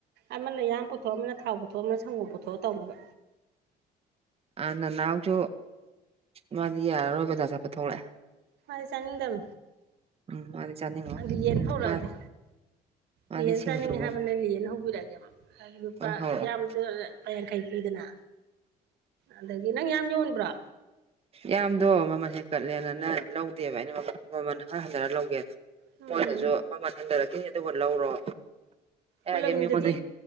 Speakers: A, on the right (about 75°); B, on the right (about 35°).
A: ꯑꯃꯅ ꯌꯥꯝ ꯄꯨꯊꯣꯔꯑ ꯑꯃꯅ ꯊꯥꯎ ꯄꯨꯊꯣꯛꯑ ꯑꯃꯅ ꯁꯪꯒꯣꯝ ꯄꯨꯊꯣꯔꯑ ꯇꯧꯅꯕ
B: ꯑ ꯅꯅꯥꯎꯁꯨ ꯃꯥꯗꯤ ꯌꯥꯔꯔꯣꯏ ꯕꯖꯥ ꯆꯠꯄ ꯊꯣꯛꯂꯛꯑꯦ
A: ꯃꯥꯗꯤ ꯆꯉꯗꯝ
B: ꯎꯝ ꯃꯥꯗꯤ ꯆꯥꯅꯤꯡꯉꯣꯏ
A: ꯑꯗ ꯌꯦꯟ ꯍꯧꯔꯗ
B: ꯃꯥ ꯃꯥꯗꯤ
A: ꯂꯍꯦꯟ
B: ꯁꯤꯡꯖꯨꯒꯨꯝ
A: ꯆꯥꯅꯤꯡꯉꯦ ꯍꯥꯏꯕꯅꯦ ꯂꯍꯅ ꯍꯧꯕꯤꯔꯛꯑꯒꯦ ꯂꯨꯄꯥ
B: ꯑꯣꯏ ꯍꯧꯔꯛꯑꯣ
A: ꯌꯥꯝ ꯂꯄꯥ ꯌꯥꯡꯈꯩ ꯄꯤꯗꯅ ꯑꯗꯒꯤ ꯅꯪ ꯌꯥꯝ ꯌꯣꯟꯕ꯭ꯔꯣ
B: ꯌꯥꯝꯗꯣ ꯃꯃꯜ ꯍꯦꯟꯀꯠꯂꯦꯅꯅ ꯂꯧꯗꯦꯕ ꯑꯩꯅ ꯃꯃꯜ ꯑ ꯍꯟꯊꯔ ꯂꯧꯒꯦ
A: ꯎꯝ
B: ꯃꯣꯏꯅꯁꯨ ꯃꯃꯜ ꯍꯟꯊꯔꯛꯈꯤꯅꯤ ꯑꯗꯨꯕꯨ ꯂꯧꯔꯣ ꯑꯩ
A: ꯀꯣꯂꯝꯗꯨꯗꯗꯤ
B: ꯍꯥꯏꯁꯦ ꯃꯤꯉꯣꯟꯗꯩ